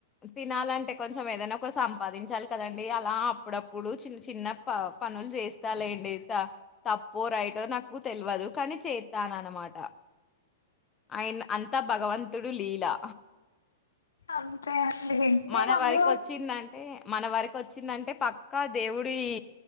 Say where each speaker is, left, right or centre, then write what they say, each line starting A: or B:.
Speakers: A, on the left (about 20°); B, on the left (about 70°).
A: తినాలంటే కొంచెం ఏదైనా ఒక సంపాదించాలి కదండి అలా అప్పుడప్పుడు చిన్న చిన్న ప పనులు చేస్తాలండి త తప్పో రైటో నాకు తెల్వదు కానీ చేతననమాట అయిన్ అంతా భగవం తుడు లీలా
B: అంతే అండి మీ
A: మన
B: మమ్మీ
A: వారికి
B: వాళ్ళు
A: వచ్చిందంటే మన వరకి వచ్చిందంటే పక్కా దేవుడు ఈ